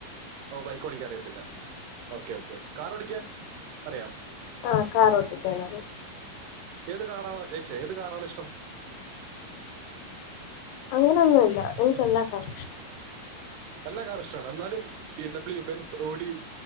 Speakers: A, on the right (about 80°); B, on the left (about 90°).
A: ഓ ബൈക്ക് ഓടിയ്ക്കാൻ അറിയത്തില്ല. Okay, okay. കാറോടിയ്ക്കാൻ അറിയാ
B: ആഹ് കാറോട്ടിപ്പേയാല്.
A: ഏത് കാറാണ് ഏ ച്ചെ ഏത് കാറാണ് ഇഷ്ടം?
B: അങ്ങനൊന്നുല്ല. എനിയ്ക്ക് എല്ലാ കാറുഷ്ടാ.
A: എല്ലാ കാറുഷ്ടാണ്. എന്നാലും B M W, Benz, Audi,